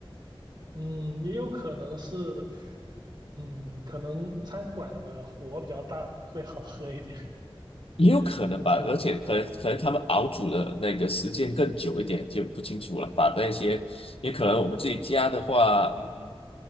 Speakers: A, on the right; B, on the left.
A: 嗯，也有可能是，嗯，可能餐馆的火比较大，会好喝一点，
B: 也有可能吧，
A: <laughs> 不知道。
B: 而且可能可能他们熬煮的那个时间更久一点，就不清楚了。把那些也可能我们自己家的话，
A: 嗯
B: 嗯，